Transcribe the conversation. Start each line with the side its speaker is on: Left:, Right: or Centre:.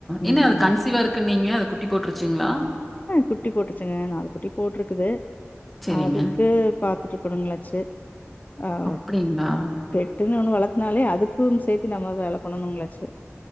Left: உம்
Centre: என்ன அது கன்சீவா இருக்குன்னீங்க? அது குட்டி போட்டுருச்சுங்களா?
Left: குட்டி போட்டுருச்சுங்க நாலு குட்டி போட்டுருக்குது.
Centre: சரிங்க.
Left: அதுக்கு பாத்துட்டு இருக்கணுங்களாச்சு ஆஹ
Centre: அப்டிங்களா?
Left: பெட். துன்னு ஒண்ணு வளத்துனாலே அதுக்கும் சேர்த்தி நம்ம வேல பண்ணணும்ங்களாச்சே.